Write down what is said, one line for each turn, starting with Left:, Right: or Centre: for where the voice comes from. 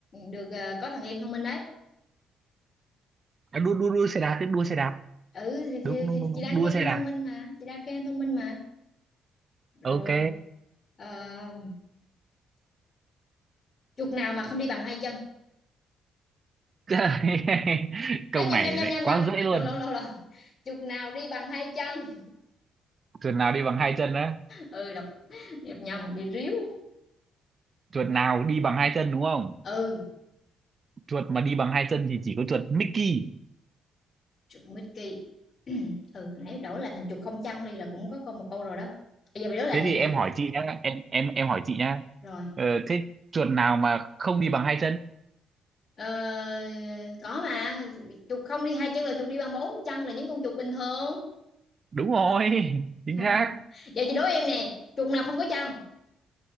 Left: được ờ, có thằng em thông minh đấy
Right: à, đua đua đua xe đạp tức đua xe đạp
Left: ừ thì, thì,
Right: đúng đúng
Left: thì,
Right: đúng,
Left: thì
Right: đúng.
Left: chị đang
Right: đua
Left: khen
Right: xe
Left: em
Right: đạp
Left: thông minh mà chị đang khen em thông minh mà rồi
Right: ok
Left: ờ, chuột nào mà không đi bằng hai chân
Right: <laughs> câu
Left: à, nhầm
Right: này
Left: nhầm nhầm
Right: lại
Left: nhầm
Right: quá
Left: nhầm
Right: dễ
Left: lộn
Right: luôn
Left: lộn lộn lộn chuột nào đi bằng hai chân
Right: tuần nào đi bằng hai chân đó
Left: ừ đọc nhập nhầm bị ríu
Right: chuột nào đi bằng hai chân đúng không
Left: ừ
Right: chuột mà đi bằng hai chân thì chỉ có chuột Mickey
Left: chuột Mickey <clears throat> ừ nãy đổi là thành chuột không chân đi là cũng có câu một câu rồi đó bây giờ bị đổi lại
Right: thế
Left: nè
Right: thì em
Left: chuột
Right: hỏi chị nhá em em em hỏi chị nhá
Left: rồi
Right: ờ, thế chuột nào mà không đi bằng hai chân
Left: ờ, có mà chuột không đi hai chân là chuột đi bằng bốn chân là những con chuột bình thường
Right: đúng rồi <laughs> chính
Left: <laughs>
Right: xác
Left: giờ chị đố em nè chuột nào không có chân